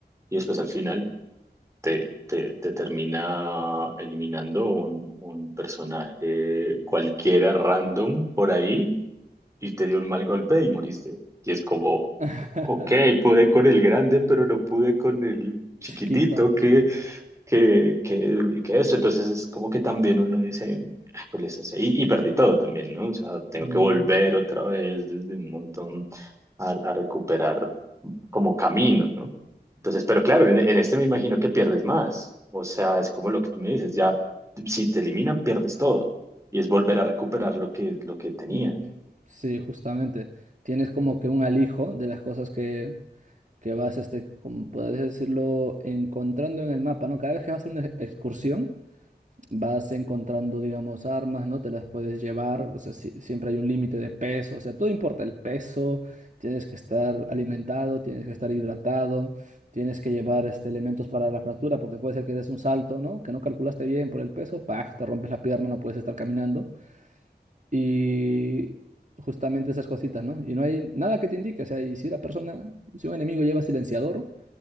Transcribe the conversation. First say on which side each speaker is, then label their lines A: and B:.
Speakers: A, on the right; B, on the right.
A: y después al final te, te, te termina eliminando un, un personaje cualquiera random por ahí y te dio un mal golpe y moriste. Y es como,
B: <laughs>
A: ok, pude con el grande, pero no pude con el chiquitito,
B: Chiquito.
A: que, que, que, que eso. Entonces es como que también uno dice, "Ah, ¿cuál es ese?". Y, y perdí todo también, ¿no? O sea, tengo
B: Mm,
A: que volver otra vez desde un montón a, a recuperar como camino, ¿no? Entonces, pero claro, en, en este me imagino que pierdes más. O sea, es como lo que tú me dices, ya, si te eliminan, pierdes todo. Y es volver a recuperar lo que, lo que tenías.
B: mm, mm. sí, justamente. Tienes como que un alijo de las cosas que, que vas, este, como puedes decirlo, encontrando en el mapa, ¿no? Cada vez que vas a una excursión, vas encontrando, digamos, armas, ¿no? Te las puedes llevar, o sea, si- siempre hay un límite de peso, o sea, todo importa, el peso, tienes que estar alimentado, tienes que estar hidratado, tienes que llevar este, elementos para la fractura, porque puede ser que des un salto, ¿no? Que no calculaste bien por el peso, ¡pah! Te rompes la pierna, no puedes estar caminando. Y justamente esas cositas, ¿no? Y no hay nada que te indique, o sea, y si la persona, si un enemigo lleva silenciador,